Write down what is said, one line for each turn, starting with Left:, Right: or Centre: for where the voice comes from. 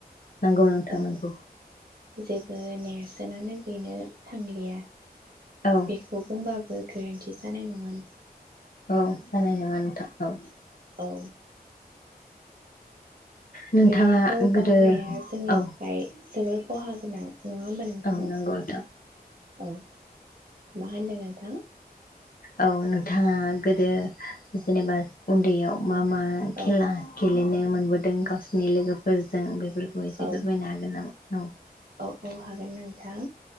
Left: नोंगौ नोंथां
Right: औ
Left: नोंगौ।
Right: जेबो नेरसोनानो गैनो थांलिया।
Left: औ
Right: बेखौ बुंबा बो गोरोन्थि जानाय नङा
Left: औ जानाय नङा नोंथां औ।
Right: औ
Left: नोंथाङा
Right: बेफोरखौ बावनाया
Left: गोदो
Right: जोंनि
Left: औ
Right: थाखाय जोबोर खहा गोनां। नङा होमबा नोंथां।
Left: औ
Right: औ।
Left: नंगौ नोंथां
Right: मा होनदो नोंथां।
Left: औ नोंथाङा गोदो जेनेबा उन्दैयाव मा मा
Right: औ
Left: खेला गेलेनो मोनबोदों गावसिनि लोगोफोरजों बेफोरखौ एसे
Right: औ
Left: फोरमायनो हागोन नामा। औ।
Right: औ औ हागोन नों थां